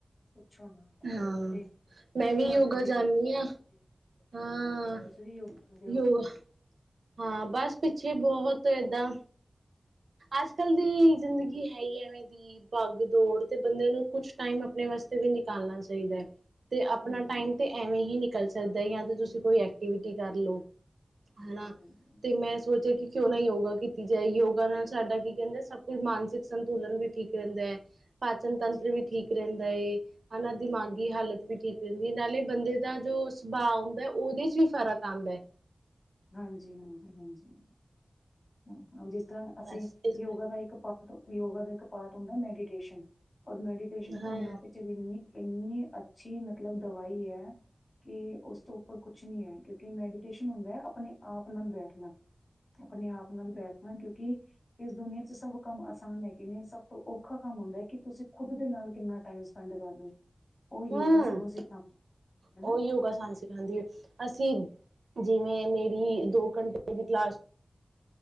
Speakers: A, on the left; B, on the right.
A: ਛੋਣਾ ਪਾਣੀ
B: ਹਾਂ
A: ਨਾਲ ਤੇ ਭੁੱਖ
B: ਮੈਂ ਵੀ
A: ਹੀ ਮਰ
B: ਯੋਗਾ
A: ਜਾਂਦੀ ਏ <unintelligible>
B: ਹਾਂ ਹਾਂ
A: ਅੱਛਾ ਤੁਸੀ ਵੀ ਯੋਗ ਕਰਦੇ ਹੋ?
B: ਯੋਗਾ ਹਾਂ ਬਸ ਪਿੱਛੇ ਬਹੁਤ ਏਦਾਂ ਅੱਜ-ਕੱਲ ਦੀ ਜ਼ਿੰਦਗੀ ਹੈ ਹੀ ਐਵੇਂ ਦੀ ਬੱਗ ਦੌੜ, ਤੇ ਬੰਦੇ ਨੂੰ ਕੁਛ ਟਾਈਮ ਆਪਣੇ ਵਾਸਤੇ ਵੀ ਨਿਕਾਲਣਾ ਚਾਹੀਦੈ, ਤੇ ਆਪਣਾ
A: ਹਾਂਜੀ
B: ਟਾਈਮ ਤੇ ਐਵੇਂ ਹੀ ਨਿ ਨਿਕਲ ਜਾਂਦਾ ਜਾ ਤੇ ਤੁਸੀਂ ਕੋਈ ਐਕਟੀਵਿਟੀ ਕਰ ਲਓ?
A: ਹਾਂਜੀ
B: ਹਨਾ।
A: ਹਾਂ
B: ਤੇ ਮੈਂ ਸੋਚਿਆ ਕਿ ਕਿਉਂ ਨਾ ਯੋਗਾ ਕੀ ਕੀਤੀ ਜਾਏ, ਯੋਗਾ ਨਾਲ ਸਾਡਾ ਕੀ ਕਹਿੰਦੇ ਸਭ ਕੁੱਝ ਮਾਨਸਿਕ ਸੰਤੁਲਨ ਵੀ ਠੀਕ ਰਹਿੰਦੈ। ਪਾਚਨ
A: ਹਾਂਜੀ
B: ਤੰਤਰ
A: ਹਾਂਜੀ
B: ਵੀ ਠੀਕ ਰਹਿੰਦਾ ਏ, ਹਨਾ
A: ਬਿਲਕੁਲ
B: ਦਿਮਾਗੀ
A: ਬਿਲਕੁਲ
B: ਹਾਲਤ
A: ਬਿਲਕੁਲ
B: ਵੀ ਠੀਕ ਰਹਿੰਦੀ ਏ। ਨਾਲੇ ਬੰਦੇ ਦਾ ਜੋ ਸੁਭਾਅ ਹੁੰਦਾ ਉਹਦੇ ਚ ਵੀ ਫ਼ਰਕ ਆਉਂਦਾ।
A: ਹਾਂਜੀ-ਹਾਂਜੀ, ਹਾਂਜੀ, ਹੰ ਹਾਂਜੀ ਹ
B: ਬਸ
A: ਅਸੀਂ,
B: ਇਸ ਕਰਕੇ
A: ਯੋਗਾ ਦਾ ਇੱਕ ਪਾਰਟ-ਯੋਗਾ ਦਾ ਇੱਕ ਪਾਰਟ ਹੁੰਦੈ ਮੈਡੀਟੇਸ਼ਨ। ਔਰ ਮੈਡੀਟੇਸ਼ਨ ਆਪਣੇ
B: ਹਾਂ
A: ਆਪ ਵਿੱਚ ਇੰਨੀ ਅੱਛੀ ਮਤਲਬ ਦਵਾਈ ਹੈ ਕਿ ਉਸ ਤੋਂ ਉੱਪਰ ਕੁਛ ਨੀ ਹੈ ਕਿਉਂਕਿ ਮੈਡੀਟੇਸ਼ਨ ਹੁੰਦੈ ਆਪਣੇ ਆਪ ਨਾਲ ਬੈਠਣਾ। ਆਪਣੇ ਆਪ ਨਾਲ ਬੈਠਣਾ ਕਿਉਂਕਿ ਇਸ ਦੁਨੀਆਂ ਚ ਸਭ ਕੰਮ ਆਸਾਨ ਹੈਗੇ ਨੇ ਸਭ ਤੋਂ ਔਖਾ ਕੰਮ ਕਮ ਹੁੰਦੈ ਕਿ ਤੁਸੀਂ ਖੁਦ ਦੇ ਨਾਲ ਕਿੰਨਾ ਟਾਈਮ ਸਪੈਂਡ ਕਰਦੇ। ਉਹ ਯੋਗਾ
B: ਹੰ,
A: ਸਾਨੂੰ ਸਿਖਾਉਂਦਾ ਹਨਾ।
B: ਉਹ ਯੋਗਾ ਸਾਨੂੰ ਸਿਖਾਂਂਦੀ ਹੈ, ਅਸੀਂ ਜਿਵੇਂ ਮੇਰੀ ਦੋ ਘੰਟੇ ਦੀ ਕਲਾਸ